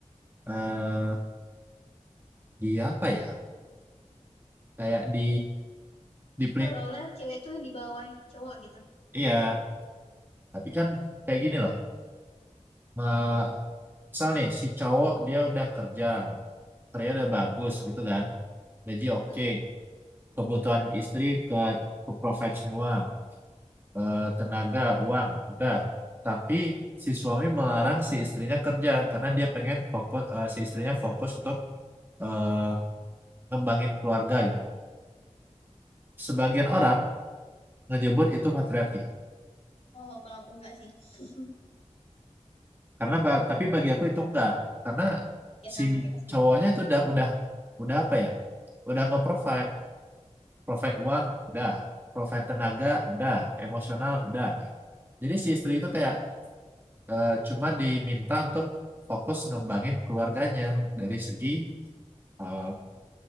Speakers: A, on the right; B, on the left.
A: eh, di apa ya kayak di di
B: Seolah-olah cewek itu di bawah cowok gitu.
A: iya tapi kan kayak gini loh Ma- misal nih si cowok dia udah kerja kerja udah bagus gitu kan gaji oke
B: Hmm.
A: kebutuhan istri ke ke provide semua Eh, tenaga uang udah tapi si suami melarang si istrinya kerja karena dia pengen fokus eh, si istrinya fokus untuk eh, ngembangin keluarga gitu sebagian orang ngejebur itu patriarki.
B: Oh, kalau aku enggak sih. <laughs>
A: karena ba- tapi bagi aku itu enggak karena
B: ya sama
A: si
B: kita sebenarnya.
A: cowoknya itu udah udah udah apa ya udah nge-provide provide uang udah provide tenaga udah emosional udah jadi si istri itu kayak eh, cuma diminta untuk fokus ngembangin keluarganya dari segi eh,